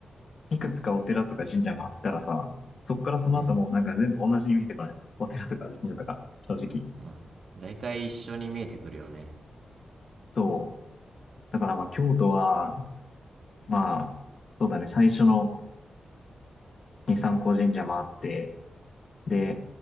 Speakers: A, on the left (about 60°); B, on the right (about 70°).
A: いくつかお寺とか神社回ったらさ、そっからその後もうなんか全部同じに見えてこない。
B: うん。
A: お寺とか神社とか、正直。
B: まあ、だいたい一緒に見えてくるよね。
A: そう。だからまあ京都は、まあ、そうだね、最初のに三光神社回って、で、